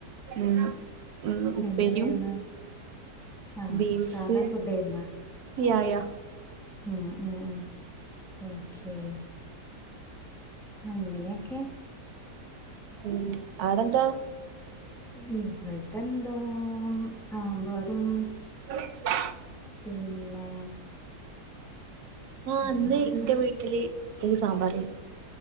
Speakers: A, on the right; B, in the centre.
A: ഉം ഉം ഉപ്പേരിയും
B: എന്തേര്ന്ന് ആഹ്
A: ബീൻസ്
B: സാധാ ഫുഡേര്ന്നാ
A: യാ യാ
B: ഉം ഉം ഓക്കെ അങ്ങനെയൊക്കെ
A: ഉം, ആടെന്താ
B: ഉം ഇവിട്ടെ ന്താ സാമ്പാറും
A: <unintelligible>
B: പിന്നെ
A: ആഹ്,
B: പിന്നെന്തേനു
A: ഇന്ന് എന്റെ വീട്ടില് ഉച്ചക്ക് സാമ്പാർ ആയിരുന്നു.